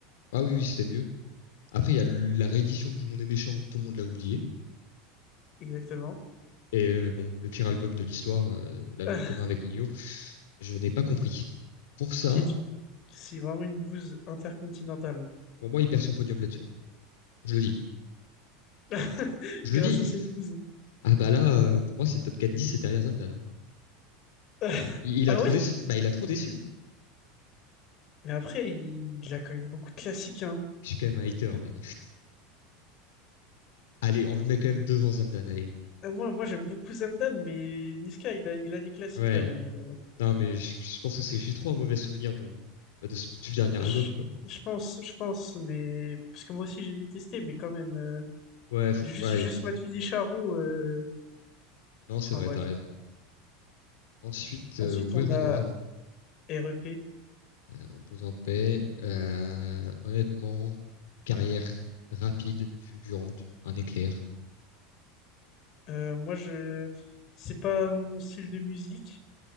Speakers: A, on the left; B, on the left.
A: Ah oui, oui, c'était mieux. Après, il y a la réédition du Monde est méchant, tout le monde l'a oublié.
B: Exactement.
A: Et euh, bon, le pire album de l'histoire, euh, l'album
B: <laughs>
A: commun avec Nino. je n'ai pas compris. Pour
B: qui,
A: ça,
B: qui est une, c'est vraiment une bouse intercontinentale.
A: pour moi, il perd son podium là-dessus. hein. Je le dis.
B: <laughs>
A: Je
B: Grâce
A: le dis.
B: à cette bouse.
A: Ah bah là, euh, pour moi, c'est top 4 10 et derrière Zamdan. hein.
B: <laughs>
A: Il, il
B: Ah
A: a trop
B: ouais?
A: déçu. Bah, il a trop déçu.
B: Mais après, il, il a quand même beaucoup de classiques, hein.
A: Je suis quand même un hater, mais <laughs> allez, on le met quand même devant Zamdan, allez.
B: Ah, Moi, moi, j'aime beaucoup Zamdan, mais Niska, il a, il a des classiques
A: Ouais.
B: quand même. Euh,
A: Non, mais je, je pense que c'est j'ai trop un mauvais souvenir de, bah, de du dernier album,
B: je,
A: quoi.
B: je pense, je pense, mais parce que moi aussi j'ai détesté, mais quand même, euh,
A: Ouais, faut-
B: juste,
A: ouais, allez.
B: juste Matuidi Charou. euh,
A: Non, c'est
B: Enfin
A: vrai,
B: bref.
A: t'as raison. Ensuite,
B: Ensuite,
A: euh, Ouai
B: on
A: Renoir,
B: a R.E.P.
A: euh, repose en paix. Euh, honnêtement, carrière rapide, fulgurante, un éclair.
B: Euh, moi, je, c'est pas mon style de musique,